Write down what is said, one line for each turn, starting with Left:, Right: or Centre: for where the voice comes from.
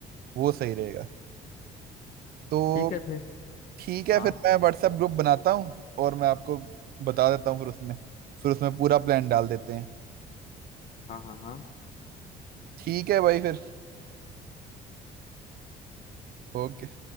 Right: वो सही रहेगा तो
Left: ठीक है फिर
Right: ठीक है
Left: हाँ
Right: फिर मैं व्हाट्सएप ग्रुप बनाता हूँ और मैं आपको बता देता हूँ फिर उसमें फिर उसमें पूरा प्लान डाल देते हैं
Left: हाँ हाँ हाँ
Right: ठीक है भाई फिर ओके